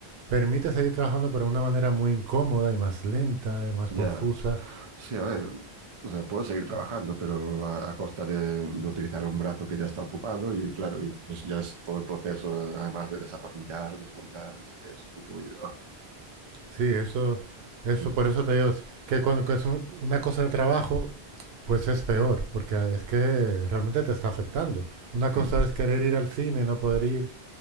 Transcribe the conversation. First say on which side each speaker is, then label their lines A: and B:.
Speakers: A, on the right; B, on the right.
A: permite seguir trabajando pero de una manera muy incómoda y más lenta y más
B: ya,
A: confusa,
B: sí, a ver, o sea, puedo seguir trabajando, pero a, a costa de, de utilizar un brazo que ya está ocupado y claro, y pues ya es todo el proceso, además de desatornillar, desmontar, no sé qué, sustituir. ah,
A: sí, eso, eso
B: mm,
A: por eso te digo, es que cuando que es un- una cosa de trabajo, pues es peor, porque es que realmente te está afectando. Una cosa
B: mm,
A: es querer ir al cine y no poder ir,